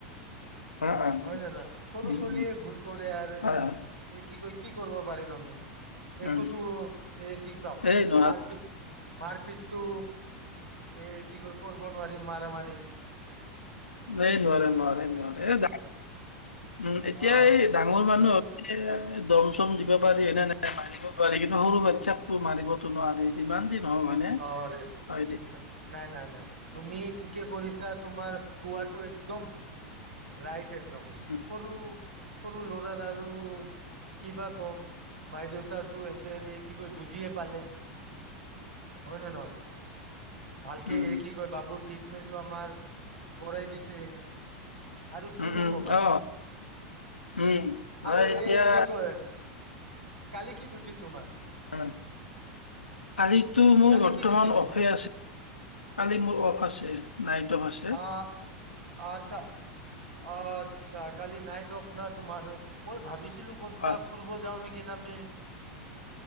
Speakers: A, on the left (about 80°); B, on the right (about 75°).
A: অ অ।
B: হয় নে নহয়। সৰু
A: উম
B: চোৱালীয়ে
A: উম
B: ভুল কৰে আৰু
A: হয় হয়
B: এই কি কৰিব পাৰিম আমি? একোতো
A: উম
B: এ'কি চাওঁক?
A: এই নোৱাৰ
B: মাৰপিত, মাৰপিতটো এই কি ক কৰিব নোৱাৰি মাৰামাৰি।
A: এই নোৱাৰে, নোৱাৰে, নোৱাৰে। এই উম, এতিয়া
B: আহ
A: এই ডাঙৰ মানুহ দম চম দিব পাৰি নে, নাই মাৰিব পাৰি। কিন্তু, সৰু বাচ্ছাকটো মাৰিবতো নোৱাৰি। যিমান যি নহওক হয়নে
B: অ'! ৰে ভাল
A: হয় দে
B: নাই, নাই, নাই। তুমি ঠিকে কৰিছা। তোমাৰ পোৱাটো একদম ৰাইট। একদম
A: উম।
B: সৰু সৰু ল'ৰাৰ আৰু আৰু কিবা কম। মাই দেউতাই টো এতে এ, কি কয়, বুজিয়ে নাপালে। হয় নে নহয়? ভালকে
A: উম
B: এই কি কয় <unintelligible> আমাৰ ঘৰেই দিছে আৰু কিনো
A: উম উম
B: ক'বা
A: অ উম নহয়
B: আৰু
A: এতিয়া
B: এই কি কয় কালি কি ডিউটি তোমাৰ?
A: উম! কালিতো মোৰ
B: কালি
A: বৰ্তমান
B: কি ডিউটি তোমাৰ
A: অফে আছে। কালি মোৰ অফ আছে। নাইট অফ আছে
B: অ'! অ'! আচ্ছা! অ'! আচ্ছা! কালি নাইট অফ <unintelligible> তোমাৰ মই ভাবিছ ছিলো ক'তবাত
A: হয়
B: ফুৰি যাও নেকি হে মানে